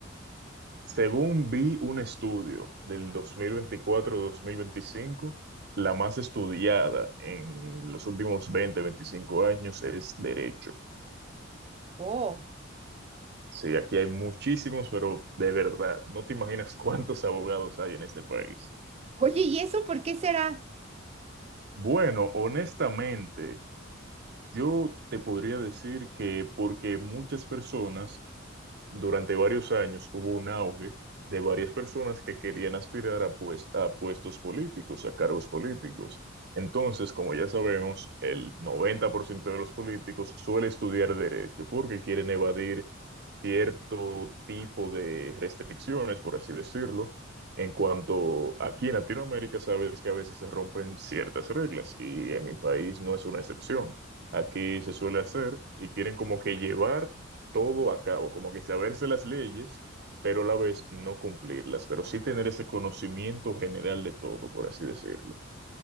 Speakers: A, on the right (about 55°); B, on the right (about 30°).
A: Según vi un estudio del dos dos mil veinticuatro mil veinticinco la más estudiada en los últimos veinte 25 años es derecho.
B: Oh.
A: Sí, aquí hay muchísimos, pero de verdad, no te imaginas cuántos abogados hay en este país.
B: Oye, ¿y eso por qué será?
A: Bueno, honestamente, yo te podría decir que porque muchas personas Durante varios años hubo un auge de varias personas que querían aspirar a, pues- a puestos políticos, a cargos políticos. Entonces, como ya sabemos, el 90% de los políticos suele estudiar derecho porque quieren evadir cierto tipo de restricciones, por así decirlo, en cuanto aquí en Latinoamérica sabes que a veces se rompen ciertas reglas y en mi país no es una excepción. Aquí se suele hacer y quieren como que llevar todo a cabo, como que saberse las leyes, pero a la vez no cumplirlas, pero sí tener ese conocimiento general de todo, por así decirlo.